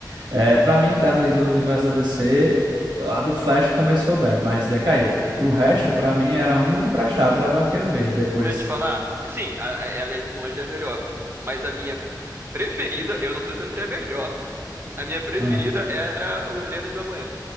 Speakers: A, on the right (about 85°); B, on the right (about 30°).
A: É, para mim, das ali do universo da DC, a do Flash começou bem, mas decaiu. E o resto, pra mim, era a única que prestava, era a do Arqueiro Verde. Depois.
B: antes de falar, sim, a- a- ela é de longe a melhor, mas a minha preferida, eu não tô dizendo que é a melhor, a minha preferida
A: Ah.
B: era o Lendas do Amanhã.